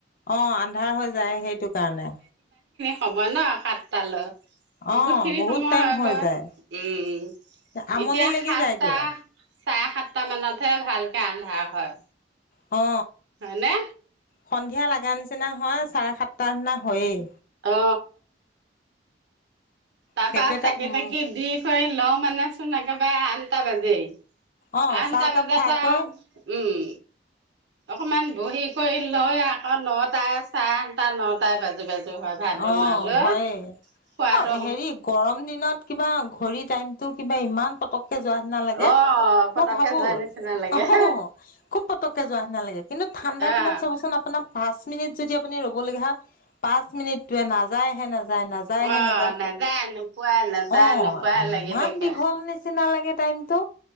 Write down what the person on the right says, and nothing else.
হ'ব ন সাতটালৈ। বহুত
খিনি সময়
হয়
গৈ
উম,
এতিয়া
সাতটা
চাৰে সাত মানতহে ভালকে আন্ধাৰ হয়।
হয়নে।
অ। তাৰপা
চাকি
তাকি দি কৰি লওঁ মানে। চোন একেবাৰে আঠটা বাজেই।
আঠতা
বজাৰ
পা, উম। অকমান বহী কৰি লৈ আকৌ নটাই চাৰে আটা নটাই বাজি, বাজি। হয়, ভাত বনোৱ
ল,
খোৱাতো।
অ পতককে
যোৱা নিচিনা লাগে
আহ
আহ
নোপোৱা নাযায়
নোপোৱা
লাগি থাকে